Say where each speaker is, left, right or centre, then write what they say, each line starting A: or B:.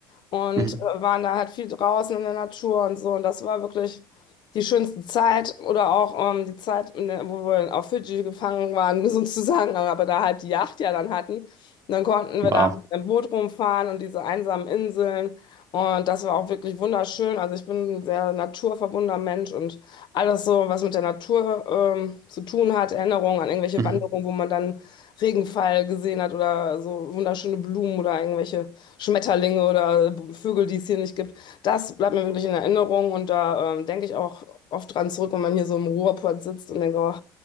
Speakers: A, on the left (about 45°); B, on the right (about 30°).
A: und
B: Mhm.
A: äh, waren da halt viel draußen in der Natur und so. Und das war wirklich die schönste Zeit oder auch ähm, die Zeit, in der, wo wir auf Fidschi gefangen waren, <laughs> sozusagen, aber da halt die Yacht ja dann hatten. Und dann konnten wir
B: Wow.
A: da mit dem Boot rumfahren und diese einsamen Inseln. Und das war auch wirklich wunderschön. Also ich bin ein sehr naturverbundener Mensch und alles so, was mit der Natur ähm, zu tun hat, Erinnerungen an irgendwelche
B: Mhm.
A: Wanderungen, wo man dann Regenfall gesehen hat oder so wunderschöne Blumen oder irgendwelche Schmetterlinge oder Vögel, die es hier nicht gibt. Das bleibt mir wirklich in Erinnerung und da ähm, denke ich auch oft dran zurück, wenn man hier so im Ruhrpott sitzt und denkt, oh,